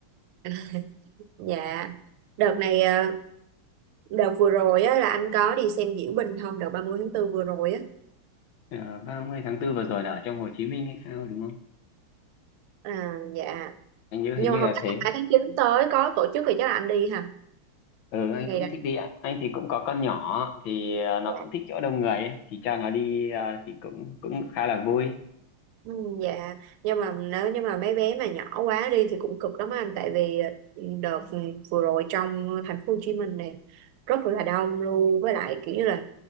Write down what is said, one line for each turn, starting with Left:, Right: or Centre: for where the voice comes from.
Right: <laughs> dạ đợt này ờ, đợt vừa rồi á là anh có đi xem diễu binh không đợt 30 tháng tư vừa rồi á
Left: Ờ, ba mươi tháng tư vừa rồi là ở trong Hồ Chí Minh hay sao đúng không?
Right: à dạ
Left: Anh nhớ
Right: nhưng
Left: hình như
Right: mà không
Left: là
Right: chắc
Left: thế.
Right: là 2 tháng 9 tới có tổ chức thì chắc là anh đi hả
Left: ừ anh
Right: ngày
Left: cũng thích đi ạ anh thì cũng có con nhỏ thì ờ, nó
Right: đó
Left: cũng thích chỗ đông người ấy. thì cho nó đi ờ, thì cũng cũng khá là vui
Right: Ừ, dạ nhưng mà nếu như mà mấy bé mà nhỏ quá đi thì cũng cực lắm anh tại vì ừ, đợt vừa rồi trong thành phố Hồ Chí Minh này rất là đông luôn với lại kiểu như là